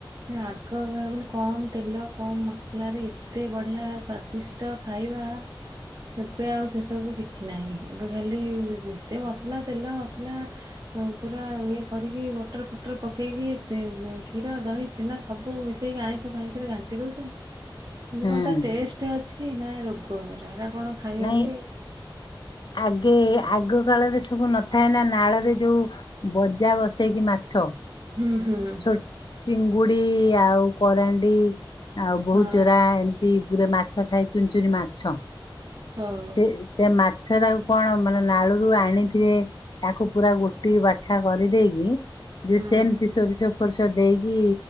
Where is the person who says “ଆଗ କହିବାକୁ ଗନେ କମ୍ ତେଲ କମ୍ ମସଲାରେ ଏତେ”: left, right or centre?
Right